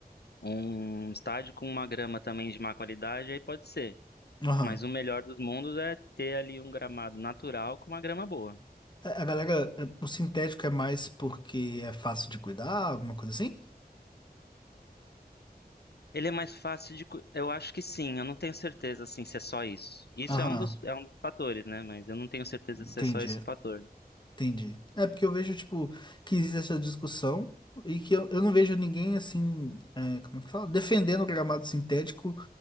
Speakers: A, on the left; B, on the left.
A: Um estádio com uma grama também de má qualidade, aí pode ser.
B: Aham.
A: Mas o melhor dos mundos é ter ali um gramado natural com uma grama boa.
B: A a galera, o sintético é mais porque é fácil de cuidar, alguma coisa assim?
A: Ele é mais fácil de. cu- Eu acho que sim, eu não tenho certeza assim, se é só isso. Isso
B: Aham,
A: é um dos, é um dos fatores, né? Mas eu não tenho certeza
B: entendi.
A: se é só esse fator.
B: Entendi. É porque eu vejo, tipo, que existe essa discussão e que eu, eu não vejo ninguém, assim, é, como é que fala? Defendendo o gramado sintético,